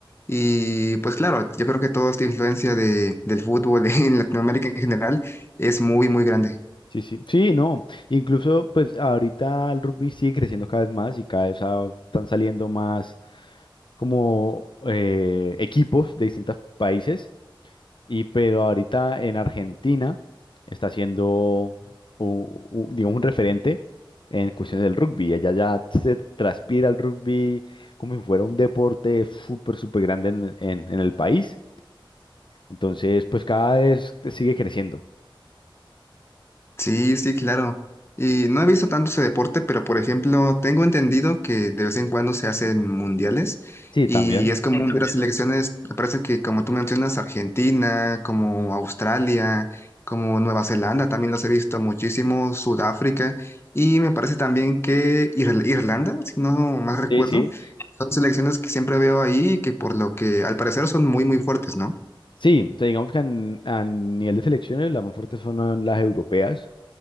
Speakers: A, on the left (about 30°); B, on the left (about 65°).
A: Y pues claro, yo creo que toda esta influencia de, del fútbol <laughs> en Latinoamérica en general es muy, muy grande.
B: sí, sí. Sí, no. Incluso, pues ahorita el rugby sigue creciendo cada vez más y cada vez ah, están saliendo más como eh, equipos de distintos países. Y pero ahorita en Argentina está siendo, u- u- digamos, un referente en cuestiones del rugby. Allá ya se transpira el rugby como si fuera un deporte súper, súper grande en en- en el país. Entonces, pues cada vez sigue creciendo.
A: Sí, sí, claro. Y no he visto tanto ese deporte, pero por ejemplo, tengo entendido que de vez en cuando se hacen mundiales
B: Sí,
A: y
B: también.
A: es común ver a selecciones, me parece que como tú mencionas, Argentina, como Australia, como Nueva Zelanda, también los he visto muchísimo, Sudáfrica y me parece también que Ir- Irlanda, si no mal recuerdo,
B: Sí, sí.
A: son selecciones que siempre veo ahí y que por lo que al parecer son muy, muy fuertes, ¿no?
B: Sí, o sea, digamos que a, a nivel de selecciones las más fuertes son las europeas,